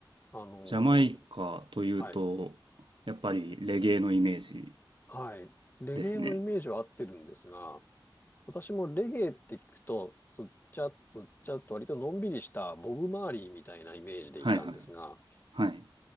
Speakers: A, on the left; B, on the right.
A: あのー
B: ジャマイカというと、
A: はい。
B: やっぱりレゲエのイメージ
A: はい。レゲエのイメージは合ってるんですが、
B: ですね。
A: 私もレゲエって聞くと、つっちゃつっちゃと割とのんびりしたボブ・マーリーみたいなイメージでいたんですが、
B: はいはい。はい。